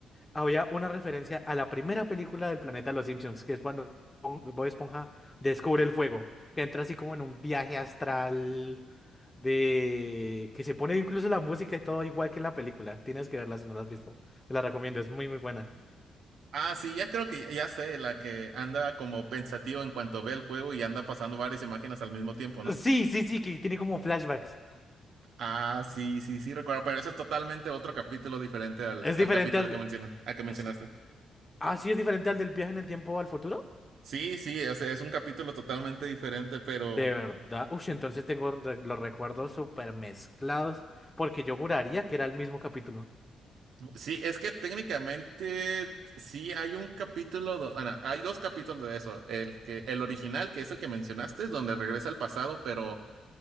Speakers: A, on the left; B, on the right.
A: había una referencia a la primera película del planeta Los Simpsons, que es cuando Bob Esponja descubre el fuego, que entra así como en un viaje astral de que se pone incluso la música y todo igual que en la película. Tienes que verla si no la has visto. Te la recomiendo, es muy muy buena.
B: Ah, sí, ya creo que ya sé, la que anda como pensativo en cuanto ve el juego y anda pasando varias imágenes al mismo tiempo, ¿no?
A: Sí, sí, sí, que tiene como flashbacks.
B: Ah, sí, sí, sí, recuerdo, pero eso es totalmente otro capítulo diferente al,
A: Es
B: al
A: diferente
B: capítulo
A: al
B: que mencionas, al que mencionaste.
A: es- Ah, sí, es diferente al del viaje en el tiempo al futuro.
B: Sí, sí, o sea, es un capítulo totalmente diferente, pero
A: De verdad. Uy, entonces tengo re- los recuerdos súper mezclados porque yo juraría que era el mismo capítulo.
B: Sí, es que técnicamente sí hay un capítulo, do- bueno, hay dos capítulos de eso. El que, el original, que es el que mencionaste, es donde regresa al pasado, pero